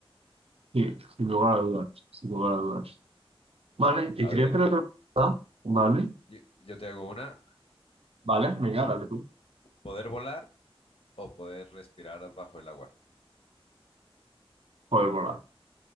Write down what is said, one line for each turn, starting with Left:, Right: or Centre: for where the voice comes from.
Right: Sí, sin lugar a dudas, sin lugar a dudas. Vale, te
Left: A
Right: quería
Left: ver,
Right: hacer otra pregunta. Vale,
Left: yo, yo te hago una,
Right: vale, venga, dale tú.
Left: ¿poder volar o poder respirar bajo el agua?
Right: Joder, bola.